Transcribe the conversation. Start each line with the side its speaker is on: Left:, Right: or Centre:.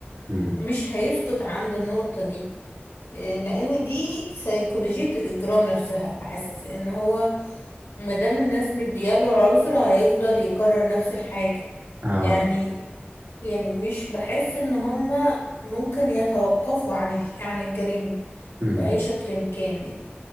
Right: مم،
Left: مش هيسكت عند النقطة دي إيه، لأن دي سيكولوجية الإجرام نفسها بحس إن هو ما دام الناس مدياله عذر هيفضل يكرر نفس الحاجة
Right: اه
Left: يعني يعني مش بحس ان هما ممكن يتوقفوا عن الج- عن الجريمة
Right: مم،
Left: بأي شكل كان يعني